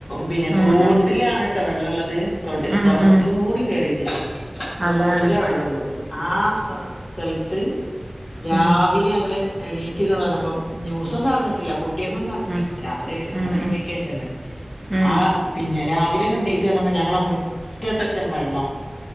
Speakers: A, on the left (about 55°); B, on the right (about 30°).
A: പിന്നെ
B: ഉം
A: തോട്ടിലാണ്
B: ഉം
A: കേട്ടോ വെള്ളമുള്ളത് തൊ
B: ഉം
A: തോട്ടത്തേക്കും
B: ഉം
A: കൂടിയും കേയറിട്ടാണ്
B: അതാണ്
A: തോട്ടിലാ വെള്ളമുള്ളത് ആ സ് സ്ഥലത്ത് രാവിലെ
B: ഉം
A: ഞങ്ങള് എണീ റ്റിങ്ങ് വന്നപ്പം ന്യൂസന്നും അഞ്ഞിട്ടില്ല പിറ്റേസം ഒന്നും
B: ഉം
A: രാത്രി
B: ഉം
A: രണ്ട്
B: ഉം
A: മണിക്ക് ശേഷംല്ലേ
B: ഉം
A: ആ പിന്നെ രാവിലെ ഇങ്ങട് എണീറ്റ് വന്നപ്പം ഞങ്ങളുടെ മുറ്റത്തറ്റം വെള്ളം